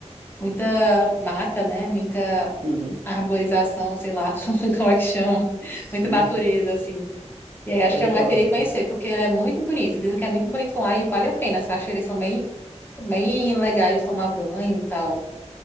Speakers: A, on the left (about 15°); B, on the right (about 45°).
A: muita mata, né? Muita
B: Uhum.
A: arborização, sei lá <laughs> como como é que chama.
B: Sim,
A: Muita natureza,
B: sim.
A: assim. E aí acho
B: Ah,
A: que
B: legal,
A: é um lugar que eu queria
B: cara.
A: conhecer, porque ele é muito bonito. Dizem que é muito bonito lá e vale a pena. As cachoeiras são bem, bem legais de tomar banho e tal.